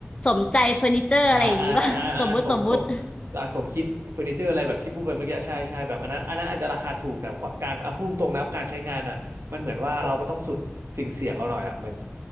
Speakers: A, on the left; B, on the right.
A: สมใจเฟอร์นิเจอร์อะไรอย่างนี้
B: อ่าอ่าอ่าอ่าอ่าสมสม
A: <laughs> ป่ะ <laughs> สมมุติสมมุติ
B: อ่าสมคิดเฟอร์นิเจอร์อะไรแบบที่พูดไปเมื่อกี้ใช่ใช่แบบอันนั้นอันนั้นอาจจะราคาถูกแต่ความการอ่ะพูดตรงๆนะการใช้งานอ่ะมันเหมือนว่าเราก็ต้องสูสิ่งเสี่ยงเอาหน่อยอ่ะเหมือน